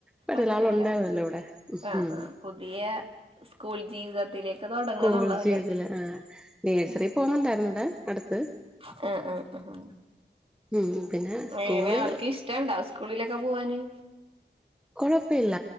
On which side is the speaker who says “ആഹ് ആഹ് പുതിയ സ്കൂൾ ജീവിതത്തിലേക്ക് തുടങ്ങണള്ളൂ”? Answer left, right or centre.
Right